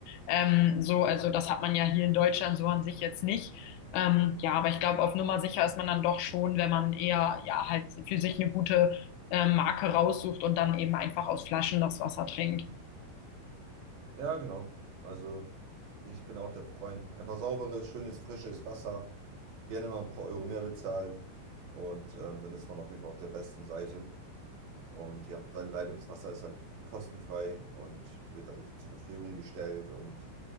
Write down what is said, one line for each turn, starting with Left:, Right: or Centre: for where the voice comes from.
Left: Ähm, so, also das hat man ja hier in Deutschland so an sich jetzt nicht. Ähm, ja, aber ich glaube, auf Nummer sicher ist man dann doch schon, wenn man eher, ja, halt für sich eine gute äh, Marke raussucht und dann eben einfach aus Flaschen das Wasser trinkt.
Right: ja, genau. Also ich bin auch der Freund, einfach sauberes, schönes, frisches Wasser. gerne mal ein paar Euro mehr bezahlt und ähm, dann ist man auf jeden Fall auf der besten Seite. Und ja, sein Leitungswasser ist halt kostenfrei und wird halt zur Verfügung gestellt und